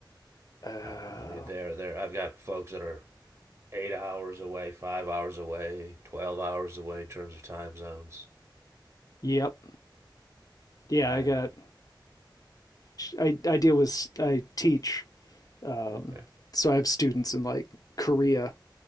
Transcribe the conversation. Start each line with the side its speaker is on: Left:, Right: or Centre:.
Left: uh
Right: Uh, I mean, they're there. I've got folks that are eight hours away, five hours away, twelve hours away in terms of time zones.
Left: Yep. Yeah,
Right: And
Left: I got I I deal with I teach Um,
Right: okay,
Left: so I have students in like Korea.